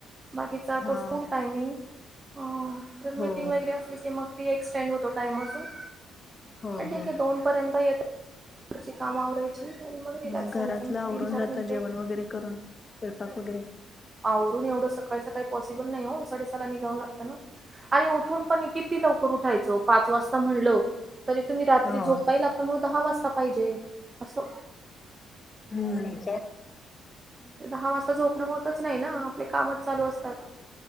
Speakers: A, on the right; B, on the left.
A: बाकीचा
B: हा
A: तो स्कूल टायमिंग हा परत
B: हो
A: मीटिंग वगैरे असली की मग ती एक्सटेंड होतो टाइम अजूनन
B: हो
A: पण ठीक
B: हो
A: आहे दोन पर्यंत येता कची कामं आवराय ची आणि मग रिलॅक्स
B: म घरातलं
A: राहायचं मग
B: आवरून
A: तीन चार
B: जाता
A: घंटे
B: जेवण वगैरे करून स्वयंपाक वगैरे
A: आवरुन एवढं सकाळी सकाळी पॉसिबल नाही हो साडे सहाला निघावं लागतं ना. आणि उठून पण कि ती लवकर उठायच पाच वाजता म्हणलो तरी तुम्ही रात्री
B: हो
A: झोपायला तर मग दहा वाजता पाहिजे असं.
B: हम्म.
A: ते दहा वाजता झोपणं होतच नाही ना आपले कामच चालू असतात.